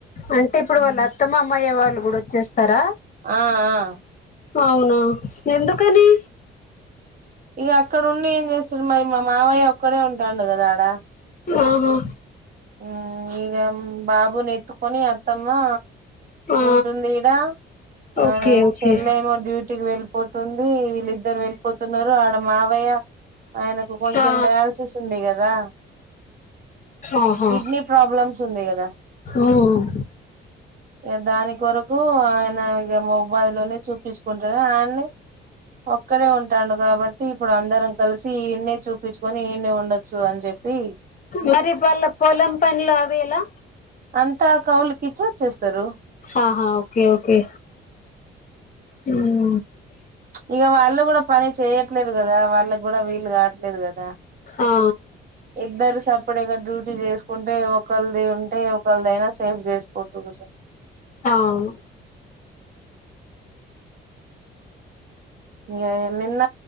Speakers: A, on the left; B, on the right.
A: అంటే ఇప్పుడు వాళ్ళ అత్తమ్మ అమ్మయ్యే వాళ్ళు గూడా వచ్చేస్తారా.
B: ఆ ఆ
A: అవునా ఎందుకని
B: ఇగా అక్కడ ఉండి. ఏం జేస్తడు మరి, మా మావయ్య ఒక్కడే ఉంటాడు గదా ఆడా.
A: ఆహా
B: ఉహ్ ఇగా బాబునీ ఎత్తుకొని అత్తమ్మా
A: ఆ
B: ఉంటుంది ఇడా ఆ
A: ఓకే ఓకే
B: చెల్లేమో డ్యూటీకి వేల్ తుంది. వీళ్ళిద్దరు వెళ్ళిపోతున్నారు ఆడా మావయ్య ఆయనకు కొంచెం
A: ఆ
B: డయాలసిస్ ఉంది గదా
A: ఆహా
B: కిడ్నీ ప్రాబ్లమ్స్ ఉంది గదా
A: ఉమ్
B: ఇగా దాని కొరకు ఆయన ఇగా మొబైల్ లోనే చూపించుకుంటనే ఆయనే ఒక్కడే ఉంటాండు గాబట్టి ఇప్పుడు అందరం కలిసి ఇడనే చూపించుకొని ఇనే ఉండచ్చు అని చెప్ప వీ
A: మరి వాళ్ళ పొలం పనులు అవీ ఎలా
B: అంతా కౌలుకి ఇచ్చి వచ్చేస్తరు.
A: ఆహా ఓకే ఓకే హుహ్
B: ఇగా వాళ్ళు గూడా పని చేయట్లేరు గదా, వాళ్ళ గూడా వీళ్ళు గాట్లేదు గదా.
A: ఆ
B: ఇద్దరు సపడేగా డ్యూటీ చేసుకుంటే ఒక్కలధి ఉంటే ఒకరిది అయినా సేఫ్ జేసుకో తోసబ్
A: అవును
B: ఇంగా ఏ నిన్న